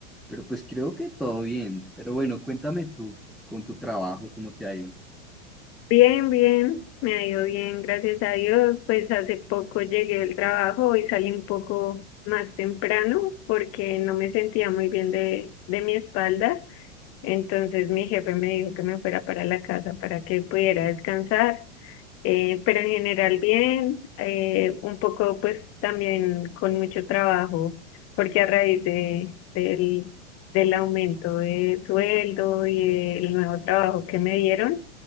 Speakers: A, in the centre; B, on the left.
A: pero pues creo que todo bien. Pero bueno, cuéntame tú con tu trabajo, ¿cómo te ha ido?
B: Bien, bien, me ha ido bien, gracias a Dios. Pues hace poco llegué del trabajo y salí un poco más temprano porque no me sentía muy bien de, de mi espalda. Entonces mi jefe me dijo que me fuera para la casa para que pudiera descansar. Eh, pero en general bien, eh, un poco pues también con mucho trabajo, porque a raíz de, del, del aumento de sueldo y el nuevo trabajo que me dieron,